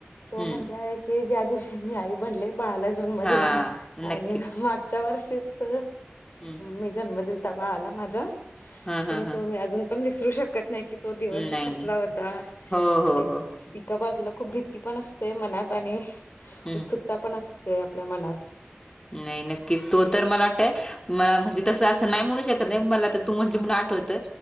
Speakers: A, on the left (about 60°); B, on the left (about 15°).
A: तो
B: हम्म
A: म्हणजे की, ज्या दिवशी मी आई बनले. बाळाला जन्म
B: हा
A: दिला.
B: नक्कीच
A: आणि मागच्या वर्षीत
B: हम्म
A: मी जन्म दिला. बाळाला माझा.
B: हा
A: तर
B: हा हा
A: तो अजून पण विसरू शकत नाही. की तो दिवस
B: नाही
A: कसला
B: नाही
A: होता.
B: हो हो
A: एक
B: हो
A: एका बाजूला खूप भीती पण असते मनात. आणि
B: हम्म
A: उत्सुकता पण असते. आपल्या मनात.
B: नाही नक्कीच. तो तर मला वाटतंय मला म्हणजे तसं असं नाही म्हणू शकत नाही. मला तर तू म्हटली म्हणून आठवत.